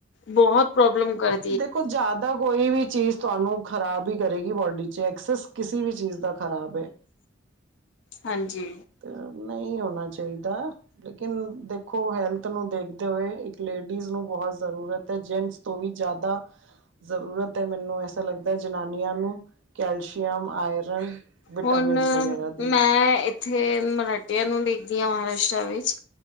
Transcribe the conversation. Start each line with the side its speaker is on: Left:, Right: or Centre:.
Left: ਬੋਤ ਪ੍ਰੋਬਲਮ ਕਰ
Right: ਦੇਖੋ ਜਾਦਾ ਕੋਈ ਵੀ ਚੀਜ਼ ਤੁਆਨੂੰ ਖ਼ਰਾਬ ਈ ਕਰੇਗੀ ਬੋਡੀ ਚ ਐਕਸਸ ਕਿਸੀ ਵੀ ਚੀਜ਼ ਦਾ ਖ਼ਰਾਬ ਐ।
Left: ਹਾਂਜੀ
Right: ਤੇ ਨਈ ਹੋਨਾ ਚਈਦਾ। ਲੇਕਿਨ ਦੇਖੋ ਹੈਲਥ ਨੂੰ ਦੇਖਦੇ ਹੋਏ ਇੱਕ ਲੇਡੀਜ਼ ਨੂੰ ਬੋਤ ਜ਼ਰੂਰਤ ਐ ਜੈਂਟਸ ਤੋਂ ਵੀ ਜਾਦਾ ਜ਼ਰੂਰਤ ਐ ਮੈਨੂੰ ਐਸਾ ਲੱਗਦਾ ਜਨਾਨੀਆਂ ਨੂੰ ਕੈਲਸ਼ੀਅਮ, ਆਇਰਨ ਵਿਟਾਮਿਨਸ
Left: ਹੁਨ
Right: ਵਗੈਰਾ ਦੀ।
Left: ਮੈਂ ਏਥੇ ਮਰਾਠਿਆਂ ਨੂੰ ਦੇਖਦੀ ਆਂ ਮਹਾਰਾਸ਼ਟਰਾ ਵਿੱਚ